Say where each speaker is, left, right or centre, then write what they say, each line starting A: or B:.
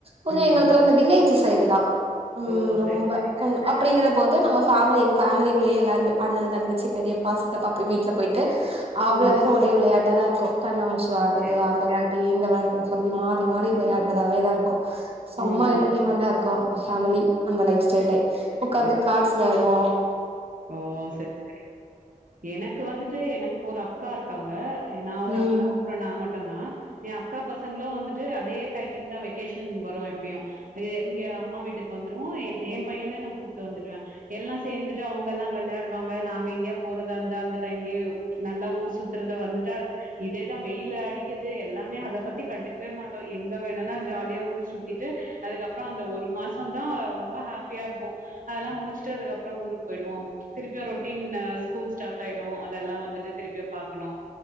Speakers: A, on the right; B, on the right.
A: கொஞ்சம்
B: ம்.
A: எங்களுக்கெல்லாம் அந்த வில்லேஜ் சைடு தான் உம்
B: ஓ!
A: ரொம்ப
B: சரி, சரி.
A: கொஞ்சம் அப்படிங்கற போது போது நம்ம ஃபேம்லி எங்க ஃபேமிலிக்குள்ளயே எல்லாருமே அண்ணன் தங்கச்சி பெரியப்பா சித்தப்பா வீட்ல போயிட்டு அவ்ளோ
B: ம்.
A: பேரும் ஒரே விளையாட்டா தான் இருக்கும் கண்ண மூச்சி ஆடுறது
B: ஓகே.
A: அந்த இந்த வெளையாட்டுன்னு சொல்லி மாறி மாறி வெளையாடறதாவேதான் இருக்கும் செம்மா
B: ம்,
A: என்டர்டெயன்மெண்டா
B: ம்.
A: இருக்கும் ஃபேமிலி அந்த லைஃப் ஸ்டைலே
B: சரி, சரி.
A: உட்காந்து
B: ம்.
A: கார்ட்ஸ் விளையாடுவோம்
B: ஓ செரி செரி எனக்கு வந்துட்டு எனக்கு ஒரு அக்கா இருக்காங்க நா ஒரு
A: ம்
B: அக்கா அப்புறம் நான் மட்டும் னா என் அக்கா பசங்களும் வந்துட்டு அதே டைம் தான் வெக்கேஷன் வரும் எப்பயும் இங்க அம்மா வீட்டுக்கு வந்துருவோம் என் பையன நான் கூப்பிட்டு வந்துடுவேன் எல்லாம் சேர்ந்துட்டு அவங்க எல்லாம் வெளையாடுவாங்க நாங்க எங்கயா போறதா இருந்தா அந்த டைம்லயே நல்லா ஊர் சுத்துறத வந்துட்டு இதேதான் வெயில அடிக்குது எல்லாமே அதை பத்தி கண்டுக்கவே மாட்டோம் எங்க வேணும்னா ஜாலியா ஊர் சுத்தி டு அதுக்கப்புறம் அந்த ஒரு மாசம் தான் ரொம்ப ஹாப்பியா இருப்போம் அதெல்லாம் முடிச்சுட்டு அதுக்கப்புறம் ஒரு போய்டுவோம் திருப்பி ரொட்டீன் ஸ்கூல் ஸ்டார்ட் ஆயிடும் அதெல்லாம் வந்துட்டு திருப்பி பாக்கணும்